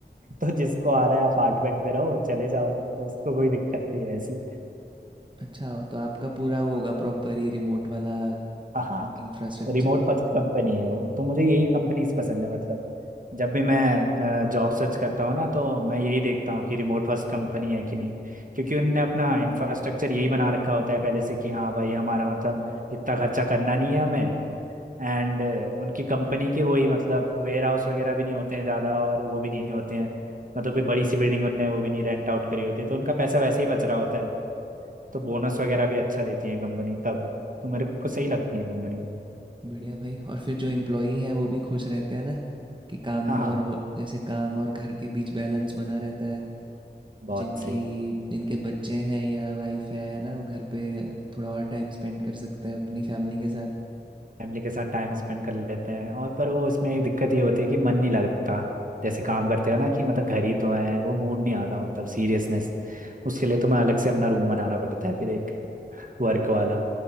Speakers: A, on the right; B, on the right.
A: <laughs> तो जिसको आ रहा है अपार्टमेंट पे रहो चले जाओ तो उसको कोई दिक्कत नहीं है ऐसी
B: अच्छा तो आपका पूरा वो होगा प्रॉपर ही रिमोट वाला
A: हाँ हाँ
B: इंफ्रास्ट्रक्चर
A: रिमोट फर्स्ट कंपनी है वो तो मुझे यही कंपनीज पसंद है मतलब जब भी मैं जॉब सर्च करता हूँ ना तो मैं यही देखता हूँ कि रिमोट फर्स्ट कंपनी है कि नहीं क्योंकि उनने अपना इंफ्रास्ट्रक्चर यही बना रखा होता है पहले से कि हाँ भाई हमारा मतलब इतना खर्चा करना नहीं है हमें एंड उनकी कंपनी के वही मतलब वेयर हाउस वगैरह भी नहीं होते हैं ज़्यादा और वो भी नहीं होते हैं मतलब कोई बड़ी सी बिल्डिंग उनने वो भी नहीं रेंट आउट करी होती है तो उनका पैसा वैसे ही बच रहा होता है तो बोनस वगैरह भी अच्छा देती है कंपनी तब तो मेरे को सही लगती है कंपनी
B: बढ़िया भाई और फिर जो एम्प्लॉई हैं वो भी खुश रहते हैं ना कि काम
A: हाँ हाँ
B: और वो जैसे काम और घर के बीच बैलेंस बना रहता है
A: बहुत
B: जिनकी
A: सही
B: जिनके बच्चे हैं या वाइफ है ना वो घर पे थोड़ा और टाइम स्पेंड कर सकते हैं अपनी फैमिली के साथ
A: फैमिली के साथ टाइम स्पेंड कर लेते हैं और पर वो उसमें एक दिक्कत ये होती है कि मन नहीं लगता जैसे काम करते हो ना कि मतलब घर ही तो है वो मूड नहीं आता मतलब सीरियसनेस उसके लिए तो मैं अलग से अपना रूम बनाना पड़ता है फिर एक वर्क वाला